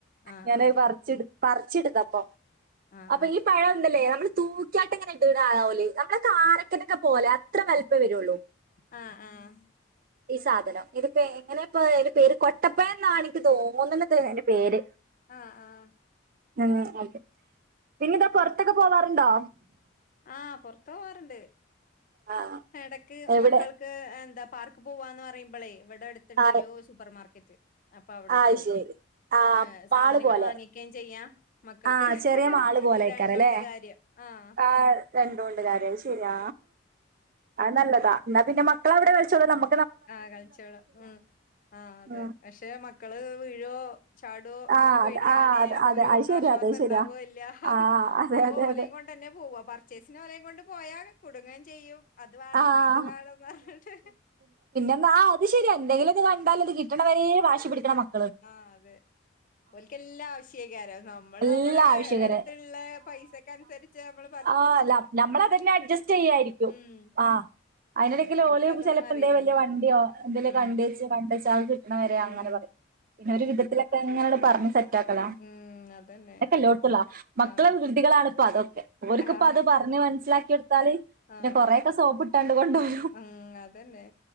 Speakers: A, on the left; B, on the right.
A: ആഹ്
B: ഞാൻ
A: ആഹ്
B: അത് പറച്ചി പറിച്ചെടുത്തപ്പൊ
A: ആഹ് ആഹ്
B: അപ്പൊ ഈ പഴംന്തല്ലേ നമ്മൾ തൂക്കിയാട്ട് അങ്ങനെ ഇണ്ടുന്നത് കാണാം ഓല് നമ്മളെ കാറക്കന്റൊക്കെ പോലെ അത്ര വലപ്പം വരുള്ളൂ
A: ആഹ് ആഹ് ആഹ്
B: ഈ സാധനം ഇതിപ്പോ എങ്ങനെ ഇപ്പൊ അതിന്റെ പേര് കൊട്ടപ്പഴം എന്നാണ് എനിക്ക് തോന്നത് അയിന്റെ പേര്
A: ആ ആ
B: ഉം ഓക്കെ പിന്നന്താ പുറത്തൊക്കെ പോവാറുണ്ടോ
A: ആ പൊറത്തു പോവാറുണ്ട്
B: ആ
A: ഇടക്ക്
B: എവിടെ
A: മക്കൾക്ക് എന്താ പാർക്ക് പോവാന്ന് പറയുമ്പോളേ ഇവിടെ അടുത്തുണ്ട്
B: ആ
A: ഒരു സൂപ്പർമാർക്ക അപ്പൊ അവിടെ
B: ആ,
A: പോകും
B: ശരി ആ
A: ഏ സാധനങ്ങൾ
B: മാള് പോലെ
A: വാങ്ങിക്കുകയും ചെയ്യാ മക്കൾക്ക്
B: ആ ചെറിയ മാള് പോലെ ആയിക്കാറല്ലേ
A: രണ്ടുണ്ട് കാര്യം ആ <inaudible>
B: ആഹ് രണ്ടുണ്ട് കാര്യം അത് ശരിയാ അത് നല്ലതാ എന്നാ പിന്നെ മക്കളവിടെ കളിച്ചോളും നമ്മ
A: ആ കളിച്ചുവോളും ഉം ആ അതെ
B: ഉം
A: പക്ഷെ മക്കൾ വീഴോ ചാടോ എന്നൊരു
B: ആഹ്
A: പേടിയാണേനും
B: അത് ആഹ് അത്
A: അപ്പൊ
B: അതെ
A: ഒരു
B: അത് ശരിയാ
A: ആശ്വാസം
B: അത്
A: ഉണ്ടാവുവയില്ല
B: ശരിയാ ആഹ് അതെ
A: അപ്പൊ
B: അതെ
A: ഓലയും
B: അതെ
A: കൊണ്ട് തന്നെ പോവാ പർച്ചേസിന് ഓലയും കൊണ്ട് പോയാ കുടുങ്ങം ചെയ്യും അത് വേണോ
B: ആഹ്
A: ഇത് വേണംന്ന് പറഞ്ഞിട്ട്
B: എന്ന ആ അത് ശരി എന്തെങ്കിലും അത് കണ്ടാലൽ അത് കിട്ടണ വരെ വാശി പിടിക്കണ മക്കള
A: ആ അതെ ഓൽക്കെല്ലാം ആവശ്യക്കാരം നമ്മൾ
B: എല്ലാ
A: നമ്മുടെ
B: ആവശ്യകരെ
A: അടുത്തുള്ള പൈസക്കനുസരിച്ച് നമ്മൾ
B: ആ അല്ല നമ്മൾ അതന്നെ അഡ്ജസ്റ്റ് ചെയ്യായിരിക്കും
A: ഉം
B: ആ അതിനിടയ്ക്ക്
A: മക്കൾക്ക്
B: ഓല്
A: അതൊന്നും
B: ചിലപ്പോ
A: അറിയില്ലല്ലോ
B: എന്തെ വലിയ വണ്ടിയോ എന്തെലോക്കെ
A: ഉം
B: കണ്ട് വെച്ച് കണ്ട് വെച്ച് അത് കിട്ടണവര
A: ഉം
B: അങ്ങനെ പറയും പിന്നെ ഒരു വിധത്തിലൊക്കെ ഇങ്ങനെ പറഞ്ഞ്‌ സെ സെറ്റാക്കലാ
A: ഉം അതന്നെ
B: അതൊക്കെല്ലോടുത്തുള്ള മക്കളും
A: ആഹ്
B: വികൃതികളാണിപ്പം അതൊക്കെ അവർക്കിപ്പം
A: ആഹ്
B: അത് പറഞ്ഞ് മനസ്സിലാക്കികൊടുത്താൽ പിന്നെ
A: ആഹ്
B: കൊറെ സോപ്പിട്ടണ്ട് കൊണ്ടോരും
A: ഉം അതന്നെ